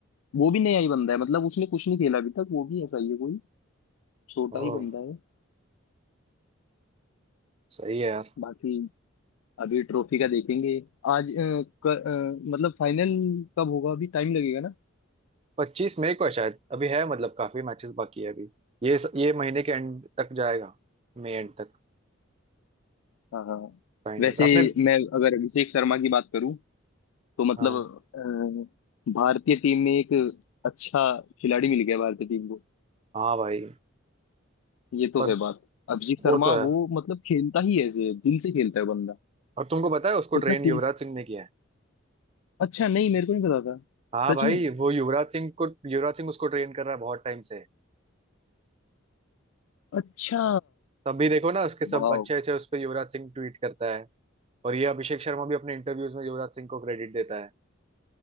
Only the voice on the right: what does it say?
ओह
सही है यार
पच्चीस मई को है शायद अभी है मतलब काफी मैचेस बाकी है अभी ये ये महीने के एंड तक जाएगा मई एंड तक
फाइनल
आपने
हाँ
हाँ भाई
पर
वो तो है
और तुमको पता है उसको
ट्रेन
युवराज सिंह ने किया है
हाँ
भाई
वो युवराज सिंह को युवराज सिंह उसको ट्रेन कर रहा है बहुत टाइम से
तब भी देखो ना उसके सब
अच्छे अच्छे उस पर युवराज सिंह ट्वीट करता है और ये अभिषेक शर्मा भी अपने इंटरव्यूज में युवराज सिंह को क्रेडिट देता है